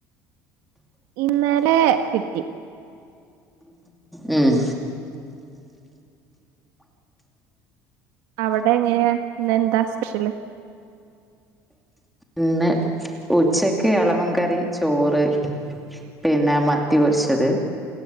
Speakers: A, on the right; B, in the centre.
A: ഇന്നലെ കിട്ടി
B: ഉം
A: അവിടെങ്ങനെയാ ഇന്നെന്താ സ്പെഷ്യല്
B: ഇന്ന് ഉച്ചക്ക് ഇളവൻ കറി ചോറ് പിന്നെ മത്തി പൊരിച്ചത്